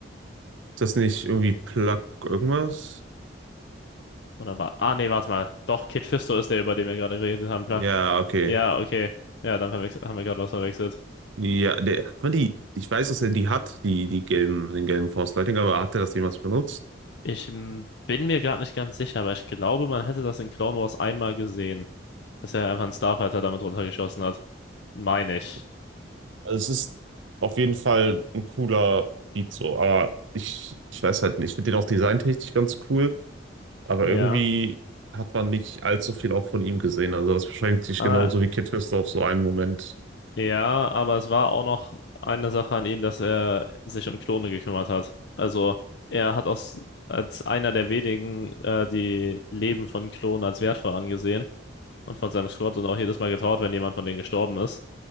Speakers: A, on the right; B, on the left.
A: Ist das nicht irgendwie Plug irgendwas?
B: Oder war. Ah, nee, warte mal. Doch, Kid Fisto ist der, über den wir gerade geredet haben, Plug.
A: Ja, okay.
B: Ja, okay. Ja, dann verwechsel- haben wir gerade was verwechselt.
A: Ja, der, hat man die. Ich weiß, dass er die hat, die, die gelben, den gelben Force Lightning, aber hat er das jemals benutzt?
B: Ich m, bin mir gerade nicht ganz sicher, aber ich glaube, man hätte das in Clone Wars einmal gesehen, dass er einfach einen Starfighter damit runtergeschossen hat. Meine
A: Okay.
B: ich.
A: Also es ist auf jeden Fall ein cooler Beat so, aber ich, ich weiß halt nicht. Ich finde den auch designtechnisch ganz cool, aber
B: Ja.
A: irgendwie hat man nicht allzu viel auch von ihm gesehen. Also das beschränkt sich
B: Äh,
A: genauso wie Kid Twister auf so einen Moment.
B: Ja, aber es war auch noch eine Sache an ihm, dass er sich um Klone gekümmert hat. Also er hat aus, als einer der wenigen äh, die Leben von Klonen als wertvoll angesehen und von seinem Squad und auch jedes Mal getrauert, wenn jemand von denen gestorben ist.